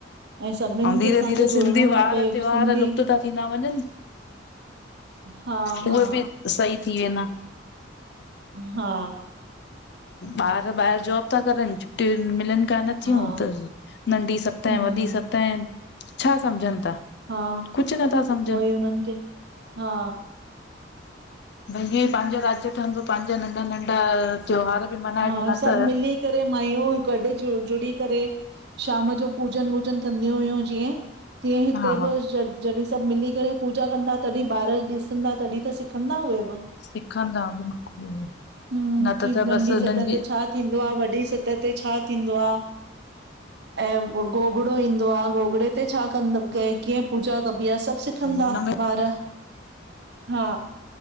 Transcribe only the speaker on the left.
धीरे
धीरे
सिंधी
वार त्योहार
लुप्त था थींदा वञनि
उहे
बि सही थी वेंदा
ॿार ॿाहिर जॉब था करनबछुटिय मिलन का न
थियूं त नंढी सत
वॾी सत छा सम्झनि था
कुझु नथा सम्झनि
भई इहे पाँजो राज्य ठंदो बि पाँजा नंढा-नंढा त्योहार बि मल्हाइजंदा
त।
हा
सिखदां बिलकुल
न त
त
बसि हुननि
जी
हुनमें